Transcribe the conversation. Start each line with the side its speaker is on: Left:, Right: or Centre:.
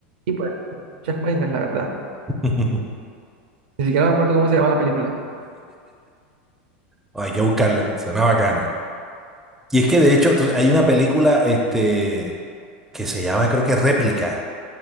Right: Y pues, muchas vainas, la verdad.
Centre: <laughs>
Right: Ni siquiera me acuerdo cómo se llama la película.
Centre: Hay que buscarla, suena bacana. Y es que de hecho tú- hay una película este, que se llama, creo que Réplica,